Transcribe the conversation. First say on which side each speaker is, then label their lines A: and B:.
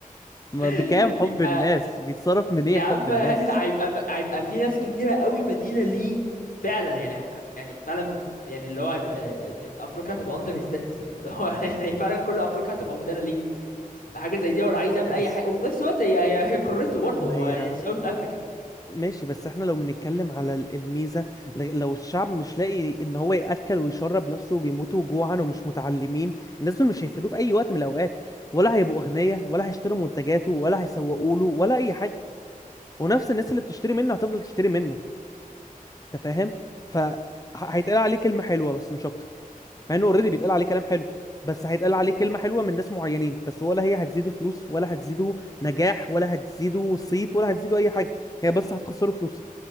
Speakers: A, on the left; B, on the left.
A: ما بكام
B: ايوه
A: حب
B: هيبقى
A: الناس بيتصرف منين
B: يا عم
A: حب الناس
B: <laughs> هيبقى هيبقى في ناس كتيره قوي مدينه ليه فعلا يعني يعني فعلا يعني اللي هو هيبقى آه، افريقيا هتبقى اندر هيز ديت اللي هو <laughs> يعني فعلا كل افريقيا هتبقى مدانه ليه فحاجه زي دي ولا عايز يعمل
A: بس
B: اي حاجه وفي نفس الوقت هي هي هي قارته برضه
A: ما
B: هو
A: هي
B: يعني ساوث افريكا
A: ماشي بس احنا لو بنتكلم على ال- الميزة ل- لو الشعب مش لاقي ان هو يأكل ويشرب نفسه وبيموتوا جوعا ومش متعلمين الناس دول مش هيفيدوه في اي وقت من الاوقات ولا هيبقوا اغنياء ولا هيشتروا منتجاته ولا هيسوقوا له ولا اي حاجة ونفس الناس اللي بتشتري منه هتفضل تشتري منه انت فاهم فهيتقال عليه كلمة حلوة بس مش اكتر مع انه اوريدي بيتقال عليه كلام حلو بس هيتقال عليه كلمة حلوة من ناس معينين بس ولا هي هتزيده فلوس ولا هتزيده نجاح ولا هتزيده صيت ولا هتزيده اي حاجة هي بس هتخسره فلوس